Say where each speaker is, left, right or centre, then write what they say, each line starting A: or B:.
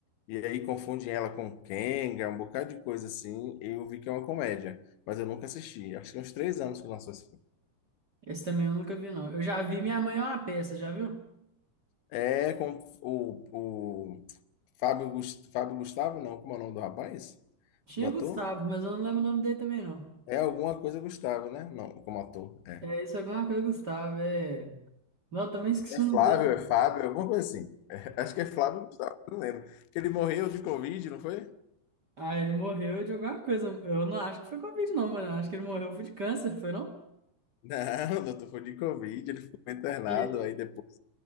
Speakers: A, on the left; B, on the right.
A: E aí confundem ela com Kenga, um bocado de coisa assim. e Eu vi que é uma comédia, mas eu nunca assisti. Acho que tem uns três anos que lançou esse filme.
B: Esse também eu nunca vi, não. Eu já vi Minha Mãe é uma Peça, já viu?
A: É com o, o Fábio, Gus- Fábio Gustavo, não, como é o nome do rapaz?
B: Tinha
A: Do ator?
B: Gustavo, mas eu não lembro o nome dele também, não.
A: É alguma coisa Gustavo, né? Não, como ator. é.
B: É, isso é alguma coisa, Gustavo, é. Não, eu também esqueci
A: É
B: o nome
A: Flávio,
B: dele.
A: é Fábio, alguma coisa assim. É, acho que é Flávio, não lembro. Que ele morreu de Covid, não foi?
B: Ah, ele morreu de alguma coisa. Eu não acho que foi Covid, não, mano. Eu acho que ele morreu foi de câncer, foi não?
A: Não, <laughs> doutor, foi de Covid. Ele ficou internado,
B: E aí?
A: aí depois